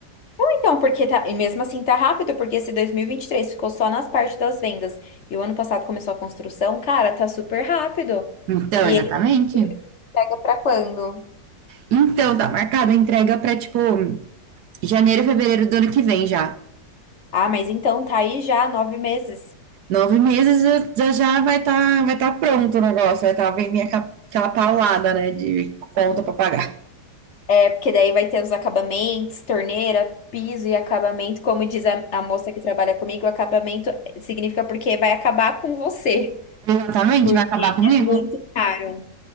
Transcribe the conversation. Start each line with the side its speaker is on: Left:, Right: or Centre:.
Left: Então, porque tá, e mesmo assim tá rápido, porque esse 2023 ficou só nas partes das vendas e o ano passado começou a construção, cara, tá super rápido.
Right: Então,
Left: E
Right: exatamente.
Left: ele pega pra quando?
Right: Então, tá marcada a entrega para tipo janeiro, fevereiro do ano que vem já.
Left: Ah, mas então tá aí já nove meses.
Right: Nove meses já, já vai estar tá, vai tá pronto o negócio, vai estar tá, vem minha, aquela paulada, né, de conta para pagar.
Left: É, porque daí vai ter os acabamentos, torneira, piso e acabamento. Como diz a, a moça que trabalha comigo, acabamento significa porque vai acabar com você.
Right: Exatamente,
Left: Porque
Right: vai acabar comigo.
Left: é muito caro.